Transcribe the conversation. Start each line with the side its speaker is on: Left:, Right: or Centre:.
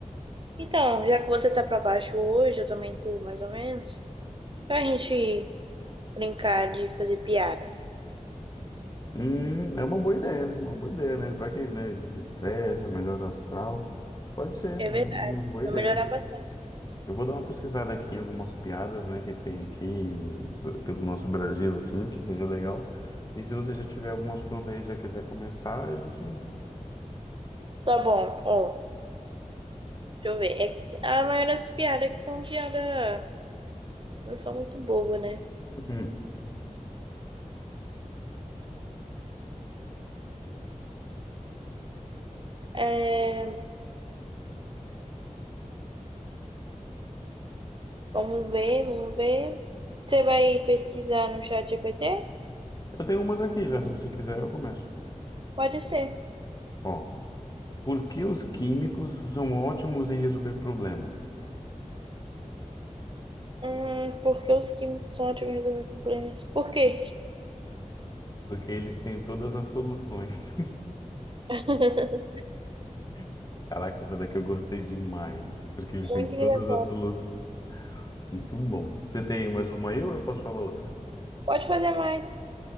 Right: Então, já que você tá pra baixo hoje, eu também tô mais ou menos, pra gente brincar de fazer piada.
Left: Hum, é uma boa ideia, uma boa ideia, né? Vai que, né, desestressa, melhora o astral. Pode ser,
Right: É
Left: é uma
Right: verdade,
Left: boa ideia.
Right: vai melhorar bastante.
Left: Eu vou dar uma pesquisada aqui em algumas piadas, né, que tem aqui p- pelo nosso Brasil, assim, que seja legal. E se você já tiver algumas prontas aí, já quiser começar, a gente...
Right: Tá bom, ó, deixa eu ver. É, que a maioria das piadas aqui são piadas, não são muito boas, né?
Left: Hum.
Right: É, vamos ver, vamos ver. Você vai pesquisar no chat GPT?
Left: Eu tenho umas aqui já, se você quiser, eu começo.
Right: Pode ser.
Left: Bom. Por que os químicos são ótimos em resolver problemas?
Right: Hum, porque os que são ótimos em resolver problemas. Por quê?
Left: Hum. Porque eles têm todas as soluções.
Right: <laughs>
Left: <laughs> Caraca, essa daqui eu gostei demais. Porque eles
Right: Muito
Left: têm todas
Right: engraçado.
Left: as soluções. Muito bom. Você tem mais uma aí ou eu posso falar outra?
Right: Pode fazer mais.